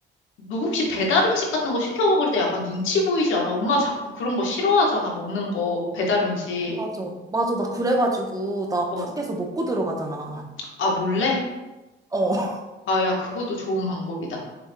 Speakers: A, on the left (about 75°); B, on the right (about 15°).
A: 너 혹시 배달 음식 같은 거 시켜 먹을 때 약간 눈치 보이지 않아? 엄마 자꾸 그런 거 싫어하잖아, 먹는 거, 배달 음식.
B: 맞아. 맞아. 나 그래가지고, 나
A: 어,
B: 밖에서 먹고 들어가잖아.
A: 아, 몰래?
B: 어.
A: 아, 야, 그것도 좋은 방법이다.